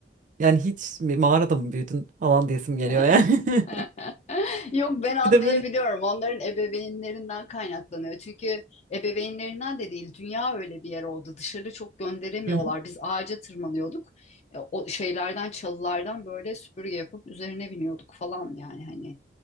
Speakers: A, on the right; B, on the left.
A: yani hiç mi, mağarada mı büyüdün falan diyesim geliyor
B: e?
A: yani. <laughs>
B: <laughs> Yok ben anlayabiliyorum.
A: Bir de böyle
B: Onların ebeveynlerinden kaynaklanıyor. Çünkü ebeveynlerinden de değil, dünya öyle bir yer oldu. Dışarı çok gönderemiyorlar.
A: Hı hı.
B: Biz ağaca tırmanıyorduk. E, O şeylerden, çalılardan böyle süpürge yapıp üzerine biniyorduk falan yani hani